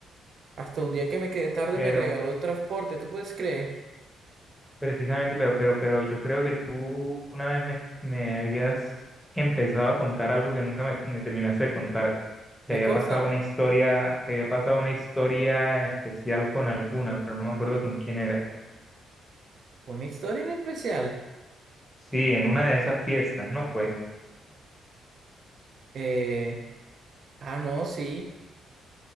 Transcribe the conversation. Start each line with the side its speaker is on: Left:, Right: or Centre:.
Right: Hasta un día que me quedé tarde
Centre: Pero,
Right: me regaló el transporte. ¿Tú puedes creer?
Centre: precisamente, pero, pero, pero yo creo que tú una vez me, me habías empezado a contar algo que nunca me, me terminaste de contar. Que
Right: ¿Qué
Centre: había
Right: cosa?
Centre: pasado una historia, que había pasado una historia en especial con alguna, pero no me acuerdo con quién era.
Right: Una historia en especial.
Centre: Sí, en una de esas fiestas, ¿no fue?
Right: Eh, ah, no, sí,